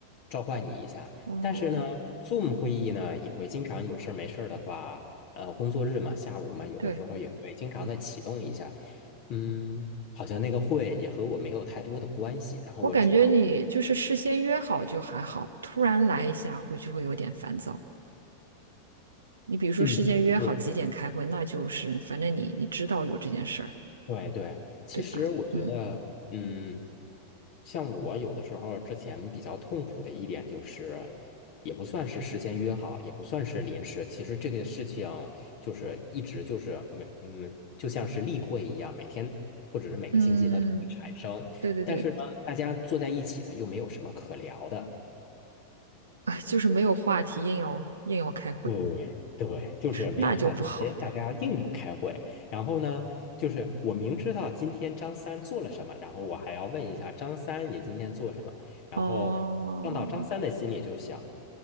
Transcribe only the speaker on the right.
哦，
对，
我感觉你就是事先约好就还好，突然来一下会就会有点烦躁。你比如说事先约好几点开会，
那就是反正你你知道有这件事儿。
对吧？嗯
嗯，对对对，
哎，就是没有话题，硬要硬要开会，
那就不好。
哦，